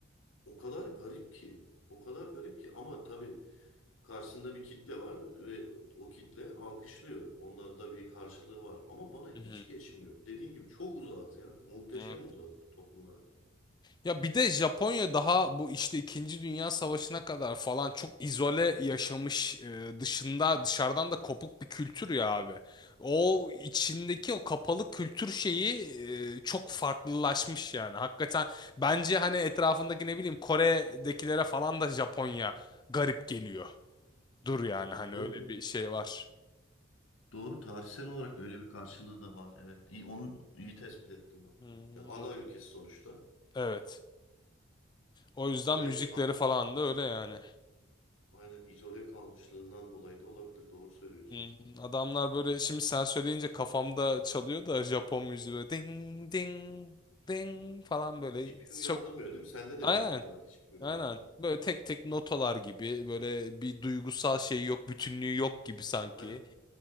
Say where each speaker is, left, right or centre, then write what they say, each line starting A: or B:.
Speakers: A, on the left (about 85°); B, on the left (about 20°).
A: O kadar garip ki. O kadar garip ki ama tabii Karşısında bir kitle var ve o kitle alkışlıyor. Onlarda da bir karşılığı var. Ama bana hiç
B: hı
A: geçmiyor. Dediğin gibi çok uzağız ya. Muhteşem
B: hı.
A: uzağız bu toplumlara.
B: Ya bir de Japonya daha bu işte İkinci Dünya Savaşı'na kadar falan çok izole yaşamış e, dışında dışarıdan da kopuk bir kültür ya abi. O içindeki o kapalı kültür şeyi e, çok farklılaşmış yani. Hakikaten bence hani etrafındaki ne bileyim Kore'dekilere falan da Japonya garip geliyor. Dur yani hani
A: Doğru
B: öyle
A: doğru.
B: bir şey var.
A: Doğru tarihsel olarak öyle bir karşılığı da var. Evet. İyi, onu iyi tespit ettim ben.
B: Hmm,
A: Ya ada
B: o-
A: ülkesi sonuçta.
B: Evet. O yüzden
A: Belki
B: müzikleri
A: a-
B: falan da öyle yani.
A: aynen izole kalmışlığından dolayı da olabilir. Doğru söylüyorsun.
B: Hmm, adamlar böyle şimdi sen söyleyince kafamda çalıyor da Japon müziği böyle ding ding ding falan böyle
A: Hiçbir şey uyandırmıyor
B: çok
A: değil mi? Sende de
B: aynen
A: büyük ihtimal hiçbir şey uyandırmıyor.
B: aynen böyle tek tek notalar gibi böyle bir duygusal şey yok bütünlüğü yok gibi sanki
A: Aynen.